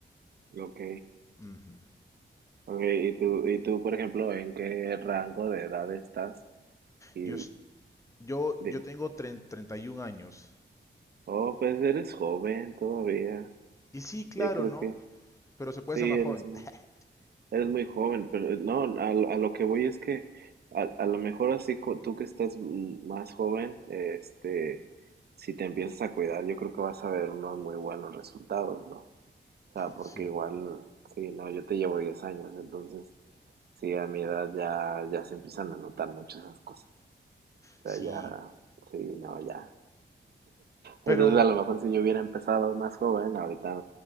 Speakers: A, on the right; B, on the left.
A: ok.
B: Ujú.
A: Ok, ¿y tú, y tú, por ejemplo, en qué rango de edad estás? Y
B: Yo, es- yo,
A: dime.
B: yo tengo tre- treinta y 31 años.
A: Oh, pues eres joven todavía.
B: Y sí, claro,
A: Yo creo
B: ¿no?
A: que
B: Pero se puede
A: sí,
B: ser más
A: eres
B: joven.
A: muy...
B: <laughs>
A: Eres muy joven, pero eh, no, a, lo a lo que voy es que a, a lo mejor así co- tú que estás mm, más joven, este, si te empiezas a cuidar, yo creo que vas a ver unos muy buenos resultados, ¿no? O sea, porque
B: Sí,
A: igual, sí, no, yo te llevo 10 años, entonces, sí, a mi edad ya, ya se empiezan a notar mucho esas cosas. O sea,
B: sí.
A: ya, sí, no, ya.
B: Pero,
A: Entonces, a lo mejor si yo hubiera empezado más joven, ahorita